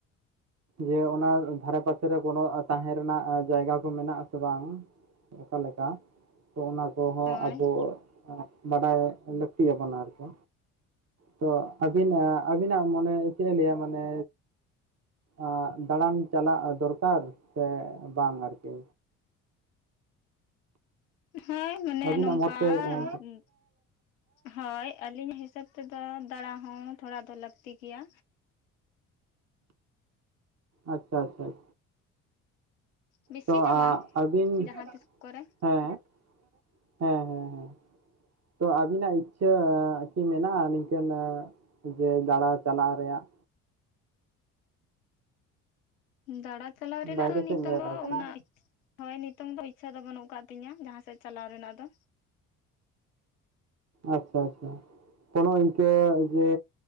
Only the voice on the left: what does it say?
ᱦᱳᱭ
ᱦᱮᱸ ᱢᱟᱱᱮ
ᱱᱚᱝᱠᱟ
ᱟᱨᱠᱤ ᱦᱳᱭ ᱟᱹᱞᱤᱧ ᱦᱤᱥᱟᱹᱵ ᱛᱮᱫᱚ ᱫᱟᱬᱟ ᱦᱚᱸ ᱛᱷᱚᱲᱟ ᱫᱚ ᱞᱟᱹᱠᱛᱤ ᱜᱮᱭᱟ᱾
ᱵᱮᱥᱤ
ᱫᱚ ᱵᱟᱝ
ᱡᱟᱦᱟᱸ ᱛᱤᱥ ᱠᱚᱨᱮ
ᱫᱟᱬᱟ ᱪᱟᱞᱟᱣ ᱨᱮᱱᱟᱜ
ᱫᱚ ᱱᱤᱛᱚᱝ
ᱫᱚ
ᱚᱱᱟ ᱦᱳᱭ ᱱᱤᱛᱚᱝ ᱫᱚ ᱤᱪᱪᱷᱟ ᱫᱚ ᱵᱟᱹᱱᱩᱜ ᱠᱟᱫ ᱛᱤᱧᱟᱹ ᱡᱟᱦᱟᱸ ᱥᱮᱫ ᱪᱟᱞᱟᱣ ᱨᱮᱱᱟᱜ ᱫᱚ᱾